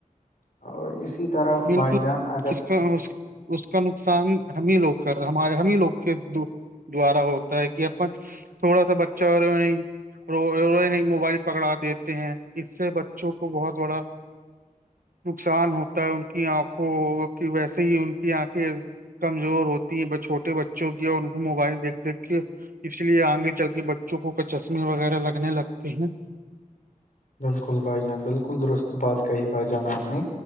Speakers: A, on the left; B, on the right.
A: اور اسی طرح
B: بالکل
A: بائی جان اگر
B: اس اس کا نقصان ہم ہی لوگ کر ہمار ہم ہی لوگ کے دبارا ہوتا ہے کہ اپن تھوڑا سا بچہ اور ر موبائل پکڑا دیتے ہیں اس سے بچوں کو بہت بڑا نقصان ہوتا ہے ان کی آنکھوں کی ویسے ہی ان کی آنکھیں کمزور ہوتی ہیں چھوٹے بچوں کی اور ان کو موبائل دیکھ دیکھ کے اس لیے آگے چل کے بچوں کو چشمے وغیرہ لگنے لگتے ہیں
A: بالکل بھائی جان بالکل درست بات کہی بھائی جان آپ نے